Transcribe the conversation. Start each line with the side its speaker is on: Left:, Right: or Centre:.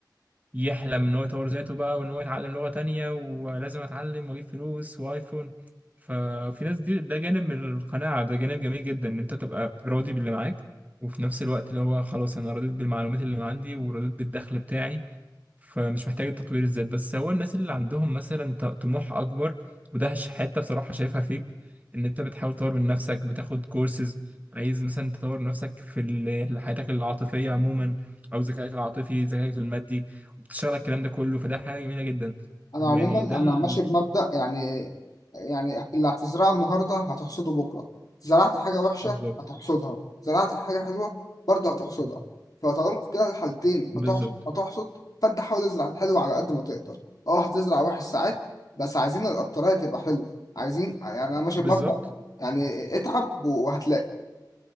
Right: يحلم ان هو يطور ذاته بقى وان هو يتعلم لغة تانية ولازم اتعلم واجيب فلوس وايفون ففي ناس دي ده جانب من القناعة ده جانب جميل جدا ان انت تبقى راضي باللي معاك وفي نفس الوقت اللي هو خلاص انا رضيت بالمعلومات اللي عندي ورضيت بالدخل بتاعي فمش محتاج تطوير الذات بس هو الناس اللي عندهم مثلا ط- طموح اكبر وده ش- حته بصراحه شايفها فيك ان انت بتحاول تطور من نفسك بتاخد كورسز عايز مثلا تطور نفسك في ال- حياتك العاطفيه عموما او ذكائك العاطفي ذكائك المادي وبتشتغل الكلام ده كله فده حاجه جميله جدا
Left: انا
Right: ويعني
Left: عموما
Right: ده ال...
Left: انا ماشي بمبدأ يعني يعني اللي هتزرعه النهارده هتحصده بكره زرعت حاجه وحشه
Right: بالظبط
Left: هتحصدها زرعت حاجه حلوه برضه هتحصدها فطالما في كده الحالتين
Right: بالظبط
Left: هتحصد هتحصد فانت حاول تزرع الحلو على قد ما تقدر اه هتزرع وحش ساعات بس عايزين الاكتريه تبقى حلو عايزين يعني انا ماشي
Right: بالظبط
Left: بمبدأ يعني اتعب وهتلاقي